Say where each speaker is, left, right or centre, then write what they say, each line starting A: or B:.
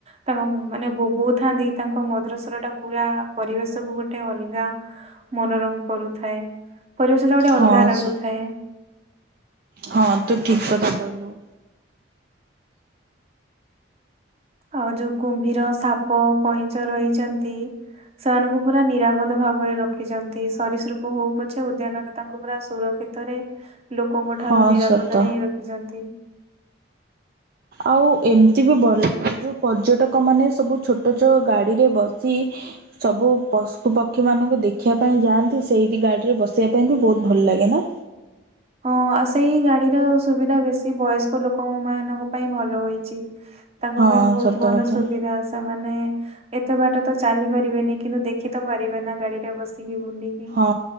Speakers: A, on the right (about 30°); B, on the right (about 50°).
A: ତାଙ୍କ ମାନେ ବୋହୁଉଥାନ୍ତି ତାଙ୍କ ମଦର ସ ତ୍ର ଟା ପୁରା ପରିବେଶ କୁ ଗୋଟେ ଅଲଗା ମନୋରମ କରୁଥାଏ। ପରିବେଶଟା ଗୋଟେ
B: ହଁ
A: ଅଲଗା ରାଗୁ
B: ସ
A: ଥାଏ।
B: ହଁ ତୁ ଠିକ କଥା କହିଲୁ।
A: ଆଉ ଯୋଉ କୁମ୍ଭୀର ସାପ କଇଁଚ ରହିଚନ୍ତି। ସେମାନଙ୍କୁ ପୁରା ନିରାପଦ ଭାବରେ ରଖିଚନ୍ତି। ସରିସୃପ ହଉ ପଛେ ଉଦ୍ୟାନରେ ତାଙ୍କୁ ପୁରା ସୁରକ୍ଷିତ ରେ ଲୋକଙ୍କ
B: ହଁ
A: ଠାରୁ ନିରାପଦରେ
B: ସତ।
A: ହିଁ ରଖିଛନ୍ତି।
B: ଆଉ ଏମିତି ବି ବଲ ଲାଗେ ଯୋଉ ପର୍ଯ୍ୟଟକ ମାନେ ସବୁ ଛୋଟ ଛୋ ଗାଡି ରେ ବସି ସବୁ ପଶୁ ପକ୍ଷୀମାନଙ୍କୁ ଦେଖିବା ପାଇଁ ଯାଆନ୍ତି ସେଇଠି ଗାଡ଼ିରେ ବସିବା ପାଇଁ ବି ବହୁତ ଭଲ ଲାଗେ ନା?
A: ହଁ ଆଉ ସେଇ ଗାଡିର ସୁବିଧା ବେଶୀ ବୟସ୍କ ଲୋକଙ୍କ ମାନଙ୍କ ପାଇଁ ଭଲ ହୋଇଚି। ତାଙ୍କ
B: ହଁ
A: ପାଇଁ ବହୁତ
B: ସତ
A: ଭଲ
B: କଥା
A: ସୁବିଧା ଆସ ତା ମାନେ ଏତେ ବାଟ ତ ଚାଲି ପାରିବେନି କିନ୍ତୁ ଦେଖି ତ ପାରିବେ ନା ଗାଡିରେ ବସିକି ବୁଲିକି।
B: ହଁ